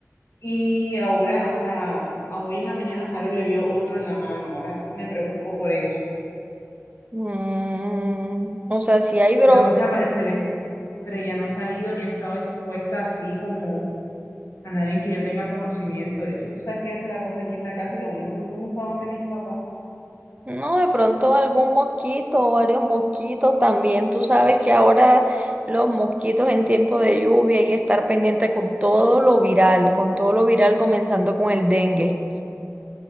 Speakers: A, on the left; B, on the right.
A: Y ahora, o sea, a hoy en la mañana Harold le vio otro en la mano, ahora me preocupo por eso.
B: Mm, o sea, si hay brote.
A: Pero, o sea, María Celeste, pero ya no ha salido ni ha estado expuesta así como a nadie que yo tenga conocimiento. De hecho, tú sabes que ella se la pasa aquí en la casa y lo único que fuimos fue a donde mis papás.
B: No, de pronto algún mosquito o varios mosquitos también. Tú sabes que ahora los mosquitos en tiempo de lluvia hay que estar pendiente con todo lo viral, con todo lo viral comenzando con el dengue